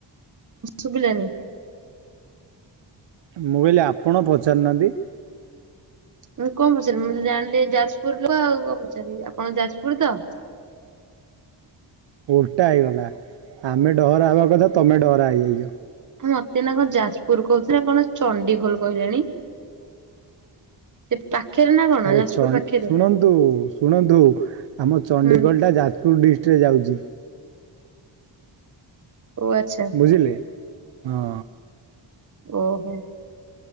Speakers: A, on the right; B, on the right.
A: ଶୁଭିଲାନି।
B: ମୁଁ କହିଲି ଆପଣ ପଚାରୁନାହାନ୍ତି?
A: ମୁ କଣ ପଚାରିଲି ମୁଁ ଜାଣିଲି ଯାଜପୁରରୁ ଆଉ କଣ ପଚାରିଲି ଆପଣଙ୍କ ଯାଜପୁର ତ?
B: ଓଲଟା ହେଇଗଲା ଆମେ ଡହରା ହେବା କଥା ତମେ ଡହରା ହେଇଯାଇଛ।
A: ହଁ ମତେ ଏନା କଣ ଯାଜପୁର କହୁଥିଲେ, କଣ ଚଣ୍ଡିଖୋଲ କହିଲେଣି। ସେ ପାଖରେ ନା କଣ
B: ଆରେ
A: ଯାଜପୁର
B: ଚ
A: ପାଖରେ
B: ଶୁଣନ୍ତୁ ଶୁଣନ୍ତୁ ଆମ ଚଣ୍ଡିଖୋଲଟା
A: ହୁଁ।
B: ଯାଜପୁର ଡିଷ୍ଟିକଟରେ ଯାଉଛି।
A: ଓ ଆଚ୍ଛା।
B: ବୁଝିଲେ ହଁ।
A: ଓହୋ।